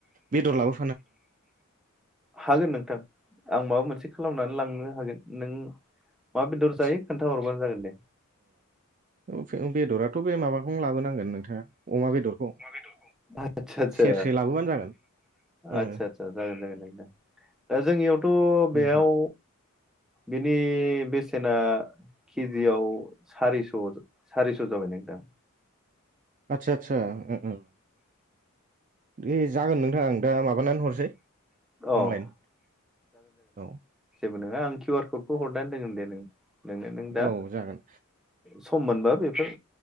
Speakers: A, on the right; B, in the centre.
A: बेदरलाबो
B: हागोन नोंथां आं माबा मोनसे खालामनानै लांनो हागोन नों मा बेदर
A: आतस
B: जायो खोन्थाहरबानो जागोन दे
A: अ फे बेदराथ' बे माबाखौनो लाबोनांगोन नोंथाङा अमा बेदरखौ
B: आतसा आतसा
A: सेरसे लाबोबानो जागोन ओ
B: आतसा आतसा जागोन <inaudible> दा जोंनियाव थ' बेयाव
A: उम उम
B: बिनि बेसेना केजियाव सारिस' सारिस' जाबाय नोंथां
A: आतसा आतसा ओम ओम दे जागोन नोंथां दा माबानानै हरसै
B: अ
A: अनलाइन औ
B: बो नङा आं किउयार कड खौ हरनानै दोनगोन दे नोंनो नोनो नों दा
A: औ जागोन
B: सम मोनबा बेफोर